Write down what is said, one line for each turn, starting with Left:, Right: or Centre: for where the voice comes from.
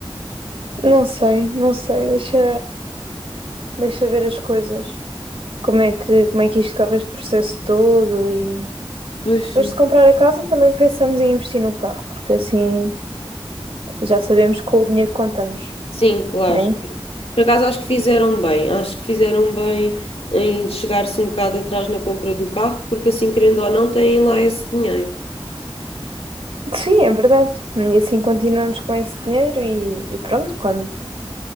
Right: Não sei, não sei. Deixa, deixa ver as coisas. Como é que, como é que isto corre este processo todo e.
Left: Pois
Right: Depois
Left: sim.
Right: de comprar a casa, também pensamos em investir no carro, porque assim já sabemos com o dinheiro que contamos.
Left: Sim, claro.
Right: né?
Left: Por acaso acho que fizeram bem, acho que fizeram bem em chegar-se um bocado atrás na compra do carro, porque assim, querendo ou não, têm lá esse dinheiro.
Right: Sim, é verdade. E assim continuamos com esse dinheiro e, e pronto, quando,